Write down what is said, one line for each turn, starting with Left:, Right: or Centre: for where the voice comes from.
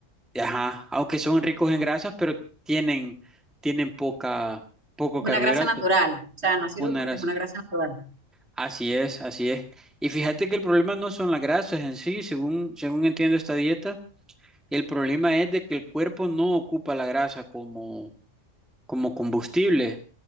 Centre: ajá, aunque son ricos en grasas, pero tienen, tienen poca, poco
Right: es una
Centre: carbohidrato,
Right: grasa natural, o sea, no sirve
Centre: una
Right: porque
Centre: grasa.
Right: es una grasa natural.
Centre: Así es, así es. Y fíjate que el problema no son las grasas en sí, según, según entiendo esta dieta, el problema es de que el cuerpo no ocupa la grasa como, como combustible,